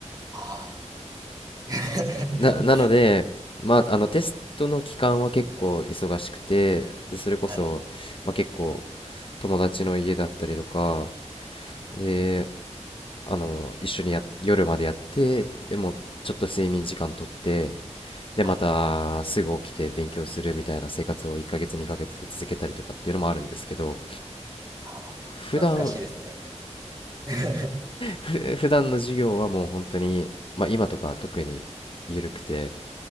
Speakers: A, on the right (about 35°); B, on the left (about 45°).
A: ああー。<laughs>
B: な、なので、まあ、あの、テストの期間は結構忙しくて、でそれこそ、
A: はいはい。
B: まあ、結構、友達の家だったりとか、で、あの、一緒にや、夜までやって、でも、ちょっと睡眠時間とって、でまたすぐ起きて勉強するみたいな生活を1ヶ月2ヶ月続けたりとかっていうのもあるんですけど
A: はいはいああ、
B: 普段
A: 懐かしいですね。<laughs>
B: ふ普段の授業はもう本当に、まあ、今とか特に緩くて